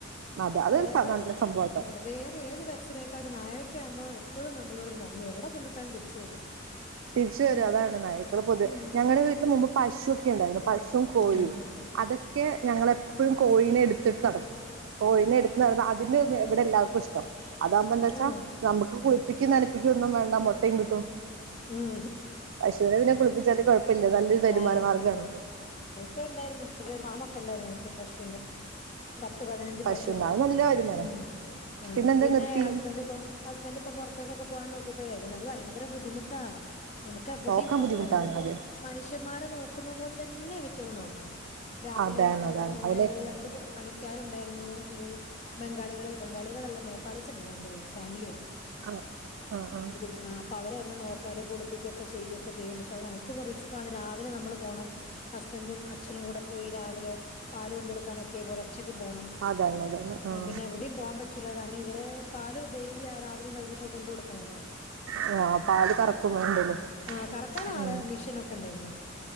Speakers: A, on the right; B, on the left.
A: അതെ അതൊരു
B: വേറെ
A: നല്ല സംഭവാട്ടോ
B: ആ വേറെ ഏത് പെറ്റ്സിനെക്കാട്ടും നായൊക്കെ ആുമ്പോ എപ്പോഴും നമ്മളോട് ഒരു നന്ദിയാ എവിടെ കൊണ്ടുട്ടാലും തിരിച്ചു വരും
A: തിരിച് വരും
B: ഉം
A: അതാണ് നായ്ക്കൾ പൊതു
B: ഉം
A: ഞങ്ങടെ വീട്ടില് മുമ്പ് പശുവൊക്കെ ഉണ്ടായിരുന്നു പശുവും കോഴിയും
B: ആഹ്
A: അതൊ ക്കെ ഞങ്ങളെപ്പഴും കോയീനെ എടുത്തിട്ട് നടക്കും കോയീനെ എടുത്ത് നടന്ന അ തിന്ന് തെവെടെ എല്ലവർക്കും ഇഷ്ടം അതാഉമ്പോ ന്താച്ചാ
B: ആഹ് ആഹ്
A: നമുക്ക് കു പ്പിക്കും നനപ്പിക്കും ഒന്നും വേണ്ട മൊട്ടയും കിട്ടും
B: ഉം
A: പശുവിനെ പിന്നെ കുളിപ്പിച്ചല് കൊഴ പിന്നെ നല്ലൊരു വരുമാന
B: ആഹ്
A: മാർഗാണല്ലോ
B: <unintelligible> ഉണ്ടായിരുന്നു <unintelligible> ഫാമൊക്കെ ണ്ടായി ങ്ങക്ക് പശുവിന്റെ പത്ത് പതിനഞ്ച്
A: പശുവിന്
B: പശുക്കെ
A: അത്
B: ണ്ടായിരുന്നു
A: നല്ല വരുമാനാ
B: ഉം ആഹ്
A: പിന്നെന്താ
B: പിന്നെ
A: നിർത്തി
B: ഹസ്ബന്റ് പ്പം പ ഹസ്ബന്റ് പ്പം പൊർത്തേക്കൊക്കെ പോവാൻ നോക്കിയപ്പഴേ പിന്നെ അത് ഭയങ്ക ബുദ്ധിമുട്ടാ നമുക്ക് എവിടിം
A: നോക്കാൻ
B: പോകാൻ
A: ബുദ്ധിമുട്ടാണ്
B: പറ്റില്ല നമ്മളിപ്പോ
A: അത്
B: മനുഷ്യന്മാരെ നോക്കുന്ന പോൽ ത ന്നെ ഇവറ്റെളീം നോക്കണം രാവിലെ
A: അതാണ്
B: ഏഹ്
A: അതാണ് അതിനെ
B: നെ ഒര് രണ്ട് പെ പണിക്കാരുണ്ടായിരുന്നു ഒരു ബംഗാളികള് ബംഗാളികളെല്ലാം നേപ്പാളീസ്ണ്ട് രണ്ടു പേര് ഫാമിലിയായിരുന്നു
A: ആ ആ ആ
B: അത് പിന്നാ അപ്പൊ അവരായിരുന്നു നോക്കാല് കുളിപ്പികൊക്കെ ചെയ്യുക്കെ ചെയ്യും പക്ഷെ അത് നമുക്കിപൊ റിസ്ക് ആാണ് രാവിലെ നമ്മള് പോണം ഹസ്ബൻറും അച്ഛനും കൂടെ പോയി രാവിലെ പാല് കൊണ്ടൊടുക്കാനൊക്കെ പൊലെർ ച്ചക്ക് പോണം
A: അതാണ് അതാണ്
B: എഹ്
A: ആ
B: പിന്നെ എവിടിം പോആൻ പറ്റൂല്ല കാരണം ഇവരെ പാല് ഡെയിലി ആഹ് രാവിലും വൈകിട്ട് കൊണ്ട് കൊടുക്കണല്ലോ
A: ആഹ് പാല് കറക്കും വേണ്ടല്ലോ
B: ആഹ് കറക്കാൻ ആള്
A: ഉം
B: മെഷീനൊക്കെണ്ടായിരുന്നു